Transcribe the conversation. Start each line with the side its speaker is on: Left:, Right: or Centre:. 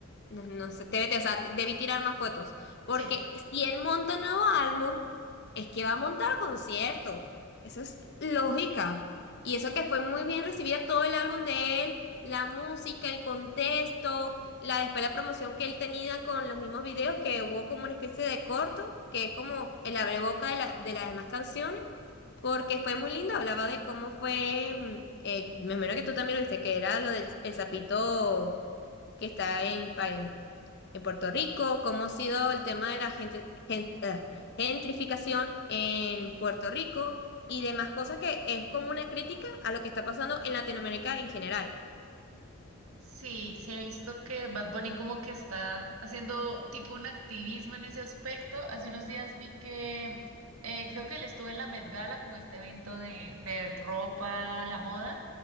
Left: No, no sé, TVT, o sea, debí tirar más fotos. Porque
Right: Sí.
Left: si él monta un nuevo álbum, es que va a montar concierto. Eso es lógica. Y eso que fue muy bien recibida todo el álbum de él, la música, el contexto, la después la promoción que él tenía con los mismos videos, que hubo como una especie de corto, que es como el abreboca de la- de las demás canciones. Porque fue muy lindo, hablaba de cómo fue, mm, eh, me imagino que tú también lo viste, que era lo del el sapito que está en, pa- en, en Puerto Rico, cómo ha sido el tema de la gente, gen- ah, gentrificación en
Right: Ujú.
Left: Puerto Rico y demás cosas que es como una crítica a lo que está pasando en Latinoamérica en general.
Right: Sí, sí he visto que Bad Bunny como que está haciendo tipo un activismo en ese aspecto. Hace unos días vi que eh, creo que él estuvo en la Met Gala como este evento de, de ropa, la moda